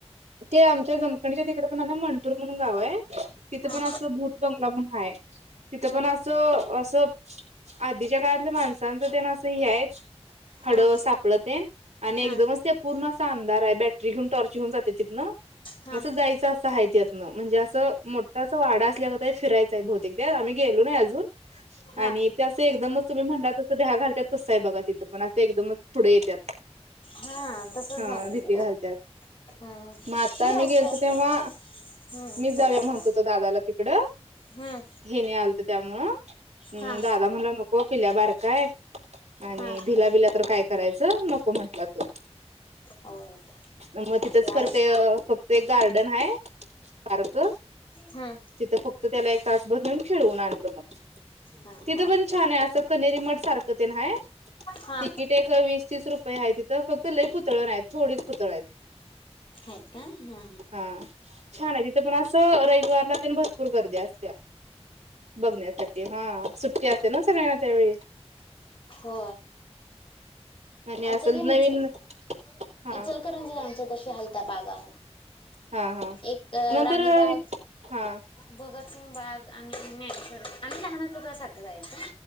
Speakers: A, on the right; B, on the left.
A: ते आमच्या जमखणीच्या तिकड पण ना मणटूर म्हणून गाव आहे तिथं
B: हा
A: पण असं भूत बंगला म्हण हय तिथं
B: हम्म
A: पण असं असं आधीच्या काळातल्या माणसांचं ते नां ह आहेत हड
B: हा
A: सापडते आणि
B: हा
A: एकदमच ते पूर्ण अस अमदार आहे बॅटरी घेऊन टॉर्च घेऊन जात ति
B: हा
A: अस जायचं असं आहेत म्हणजे मोठा वाडा असल्या फिरायच आहे भतेक आम्ही गेलो ना अजून
B: हा
A: आणि ते असं एकदमच तुम्ही म्हणला तसं द्या घालत तचसं आहे बघा तिथं पण असं एकदमच पुढे येतात
B: हा तसच
A: हा
B: झालंय
A: भीती
B: ते
A: घालतात
B: पण हम्म ती
A: मग आता
B: अशी
A: मी गेलतो
B: असत्या
A: तेव्हा
B: हम्म
A: मी
B: त्याला
A: जाऊया म्हणतो
B: करा
A: तो दादाला तिकड
B: हम्म
A: हे न आज त्यामु
B: हा
A: दादा म्हला नको पिल्या बार काय आणि
B: हा
A: भिला बिला तर कायच करायच नको म्हंटला तो
B: होय
A: मग मग तिथच
B: ते आहेच
A: फत फक्त गार्डन है पार्क
B: हम्म
A: तिथं फक्त त्याला एक तासभर नेऊन खेळवून आणल म
B: हा
A: तिथं
B: हा
A: पण छान आहे असं कनेरी म सारख ना
B: हा
A: तिकीट ए वीस तीस रुपये आहे तिथं फक्त लयई पुतळं नाही थोडीच पुतळे आहेत
B: आहेत का हा
A: हा छान आहे तिथं पण असं रविवारला ते भरपूर गर्दी बघण्यासाठी हा सुट्टी असते ना सगळ्यांना त्यावेळी
B: हो
A: आणि असं
B: आमच्या ते
A: नवीन
B: ईचल
A: हा
B: इचलकरनजी म्हदे आमच्या तशी आहेत त्या बागामग
A: हा हा
B: एक
A: नंतर
B: राणीबाग
A: हा
B: भगतसिंग बाग आणि न्याणेश्वर भाग आणि लहान सारखं जायच